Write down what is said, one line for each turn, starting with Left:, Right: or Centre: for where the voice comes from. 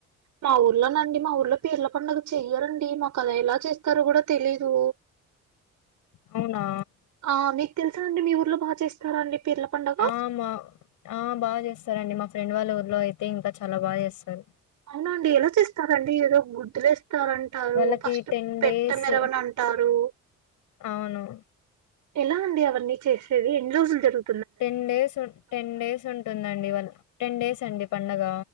Right: మా ఊర్లోనండి మా ఊర్లో పేర్ల పండుగ చెయ్యరండి మా కది ఎలా చేస్తారో కూడా తెలీదు
Left: అవునా
Right: ఆ మీకు తెలుసా అండి మీ ఊర్లో బాగా చేస్తరాండి పిర్ల పడుగ
Left: ఆ మా ఆ బాగా చేస్తరండి మా ఫ్రెండ్ వాళ్ళ ఊర్లో అయితే ఇంకా చాలా బాగా చేస్తరు
Right: అవునండి ఎలా చేస్తారండి ఏదో గుద్దులేస్తారామ్ టారు
Left: వాళ్ళకి
Right: ఫస్ట్
Left: టెన్
Right: పెట్ట
Left: డేస్
Right: మిరవనంటారు
Left: అవును
Right: ఎలా అండి అవన్నీ చేసేది ఎన్ని రోజులు జరుగు
Left: టెన్ డేస్ టెన్ డేస్ ఉంటుందండి వాళ్ టెన్ డేస్ అండి పండగ